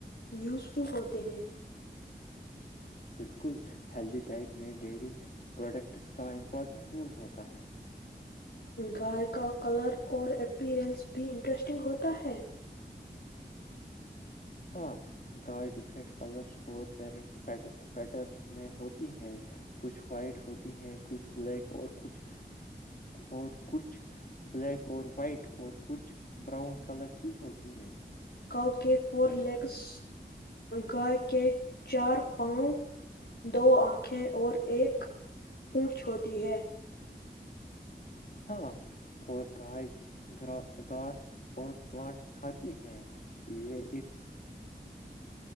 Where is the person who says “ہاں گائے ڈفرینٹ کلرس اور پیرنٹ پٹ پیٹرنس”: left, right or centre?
Left